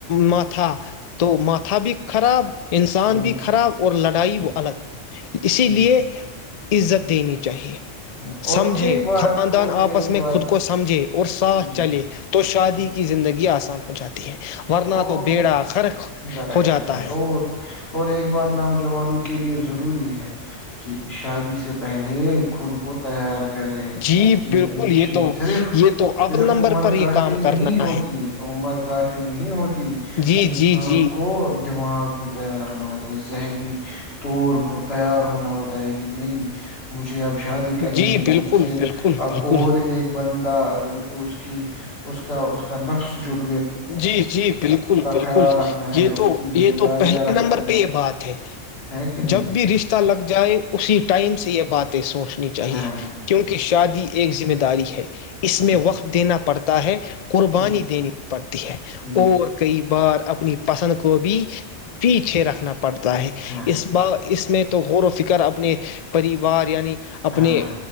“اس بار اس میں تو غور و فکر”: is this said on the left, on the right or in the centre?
Left